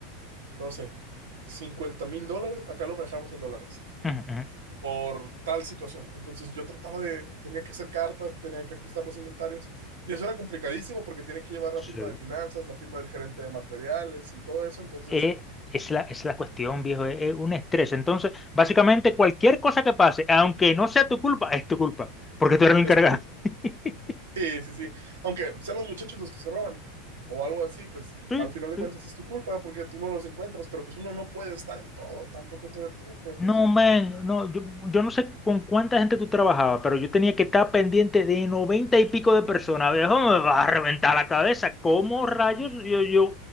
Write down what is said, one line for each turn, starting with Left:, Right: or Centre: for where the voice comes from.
Right: no sé, cincuenta mil dólares, acá lo manejamos en dólares,
Left: Ujú, ujú,
Right: por tal situación. Entonces, yo trataba de, tenía que hacer cartas, tenía que ajustar los inventarios, y eso era complicadísimo porque tiene que llevar
Left: sí.
Right: la firma de finanzas, la firma del gerente de materiales y todo eso, entonces,
Left: Eh, es la, es la cuestión, viejo, es, es un estrés. Entonces, básicamente cualquier cosa que pase, aunque no sea tu culpa, es tu culpa, porque tú eres el
Right: es
Left: encargado.
Right: tu culpa.
Left: <laughs>
Right: Sí, sí, sí. Aunque sean los muchachos los que se roban o algo así, pues
Left: Sí,
Right: al final de
Left: sí,
Right: cuentas es tu culpa porque tú no los encuentras, pero pues uno no puede estar en todo, tampoco todo el tiempo, entonces,
Left: No, man, no, yo, yo no sé con cuánta gente tú trabajabas, pero yo tenía que estar pendiente de noventa y pico de personas. Viejo, me va a reventar la cabeza. ¿Cómo rayos yo, yo